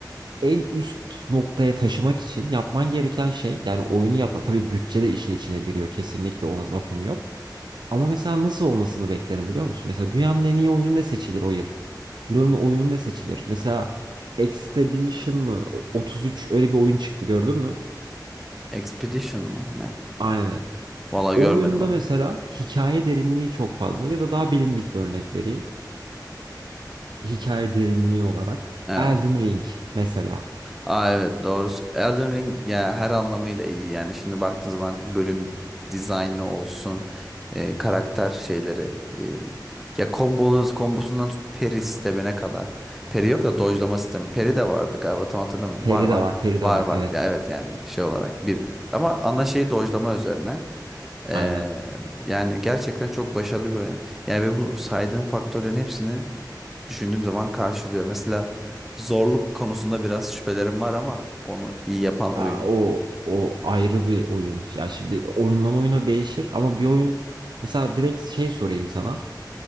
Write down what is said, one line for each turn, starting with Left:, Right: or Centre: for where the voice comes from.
Right: en üst noktaya taşımak için yapman gereken şey yani oyunu yap tabii bütçe de işin içine giriyor kesinlikle ona lafım yok. Ama mesela nasıl olmasını beklerim biliyor musun? Mesela dünyanın en iyi oyunu ne seçilir o yıl? Yılın oyunu ne seçilir? Mesela Exhibition mı? 33 öyle bir oyun çıktı gördün mü?
Centre: Expedition mı ne?
Right: Aynen.
Centre: Valla
Right: O
Centre: görmedim
Right: oyunda
Centre: onu.
Right: mesela hikaye derinliği çok fazla ya da daha bilindik bir örnek vereyim. Hikaye derinliği olarak
Centre: Evet.
Right: Elden Ring mesela.
Centre: Aa evet doğrusu Elden Ring ya her anlamıyla iyi yani şimdi baktığın zaman bölüm dizaynı olsun e, karakter şeyleri e, ya kombolu kombosundan tut peri sistemine kadar peri yok da dojlama sistemi peri de vardı galiba tam hatırlamıyorum
Right: Peri
Centre: var var
Right: de var, peri
Centre: var
Right: de var
Centre: var
Right: evet.
Centre: ya evet yani şey olarak bir ama ana şey dojlama üzerine E,
Right: aynen
Centre: yani gerçekten çok başarılı bir oyun yani ve bu saydığım faktörlerin hepsini düşündüğüm zaman karşılıyor. Mesela zorluk konusunda biraz şüphelerim var ama onu iyi yapan
Right: Aa,
Centre: oyun.
Right: o o ayrı bir oyun. Ya şimdi oyundan oyuna değişir ama bir oyun mesela direkt şey sorayım sana.